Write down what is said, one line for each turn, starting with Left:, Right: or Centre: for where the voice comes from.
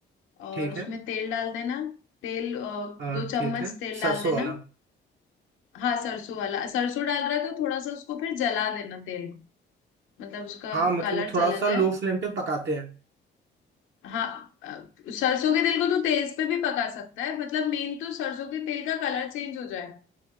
Left: और
Right: ठीक
Left: उसमें
Right: है
Left: तेल डाल देना तेल अ,
Right: हाँ
Left: दो चम्मच
Right: ठीक है
Left: तेल डाल
Right: सरसों
Left: देना
Right: वाला
Left: हाँ सरसों वाला सरसों डाल रहा है तो थोड़ा सा उसको फिर जला देना तेल को मतलब उसका
Right: हाँ मतलब
Left: कलर
Right: वो थोड़ा
Left: चला
Right: सा
Left: जाए
Right: लो फ्लेम पे पकाते हैं
Left: हाँ अ, सरसों के तेल को तो तेज पे भी पका सकता है मतलब मेन तो सरसों के तेल का कलर चेंज हो जाए